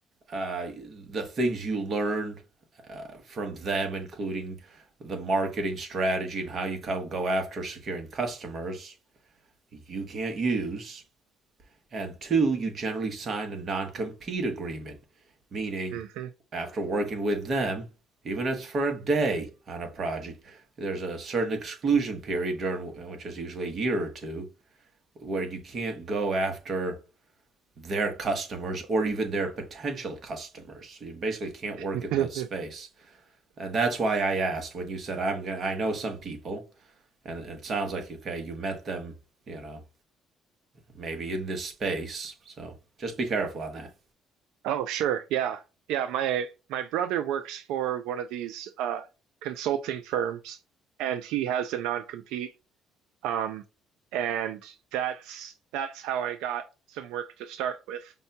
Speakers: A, on the right (about 45°); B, on the right (about 90°).
A: uh, the things you learn uh, from them, including the marketing strategy and how you go after securing customers, you can't use and two, you generally sign a non compete agreement, meaning
B: hmm
A: after working with them, even if it's for a day on a project, there's a certain exclusion period during which is usually a year or two where you can't go after their customers or even their potential customers. So you basically can't work
B: <laughs>
A: in that space. And that's why I asked when you said I'm gonna I know some people and it sounds like okay, you met them, you know, maybe in this space. So just be careful on that.
B: Oh, sure. Yeah. Yeah, my my brother works for one of these uh consulting firms and he has a non-compete um and that's that's how I got some work to start with.